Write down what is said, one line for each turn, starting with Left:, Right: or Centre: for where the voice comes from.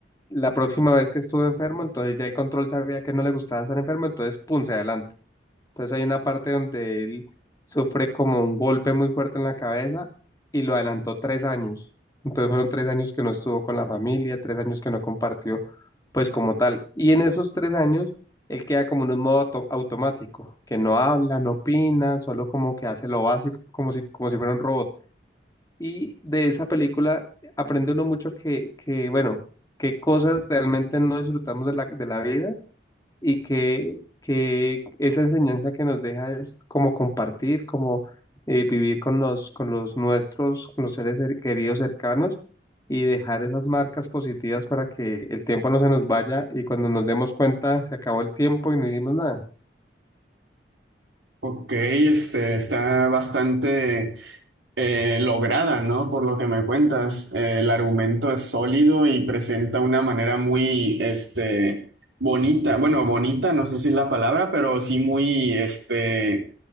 Left: la próxima vez que estuvo enfermo, entonces ya el control sabía que no le gustaba estar enfermo, entonces, ¡pum!, se adelanta. Entonces hay una parte donde él sufre como un golpe muy fuerte en la cabeza y lo adelantó tres años. Entonces fueron tres años que no estuvo con la familia, tres años que no compartió, pues como tal. Y en esos tres años, él queda como en un modo auto- automático, que no habla, no opina, solo como que hace lo básico, como si, como si fuera un robot. Y de esa película aprende uno mucho que, que bueno, qué cosas realmente no disfrutamos de la, de la vida y que, que esa enseñanza que nos deja es como compartir, como eh, vivir con los, con los nuestros, con los seres cer- queridos cercanos y dejar esas marcas positivas para que el tiempo no se nos vaya y cuando nos demos cuenta se acabó el tiempo y no hicimos nada.
Right: Ok, este está bastante. eh, lograda, ¿no? Por lo que me cuentas, Eh, el argumento es sólido y presenta una manera muy, este, bonita, bueno, bonita, no sé si es la palabra, pero sí muy, este,